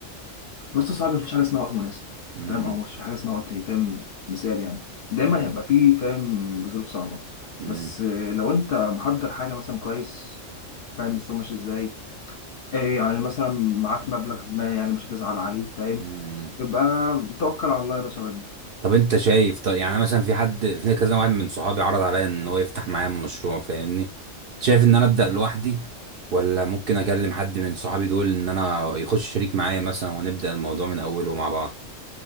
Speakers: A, on the left (about 60°); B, on the right (about 60°).
A: بس صعب مفيش حاجه اسمها وقت مناسب
B: امم
A: فاهم او مفيش حاجه اسمها وقت فاهم مثال يعني دايما
B: امم
A: هيبقى فيه فاهم ظروف صعبه
B: امم
A: بس آه، لو انت محضر حاجه مثلا كويس فاهم السوق ماشي ازاي ايه يعني مثلا معاك مبلغ ما يعني مش هتزعل عليه فاهم
B: امم
A: يبقى توكل على الله يا باشا وابدأ.
B: طب انت شايف طيب يعني مثلا في حد في كذا واحد من صحابي عرض عليا ان هو يفتح معايا مشروع فاهمني شايف ان انا ابدأ لوحدي ولا ممكن اكلم حد من صحابي دول ان انا يخش شريك معايا مثلا ونبدأ الموضوع من اوله مع بعض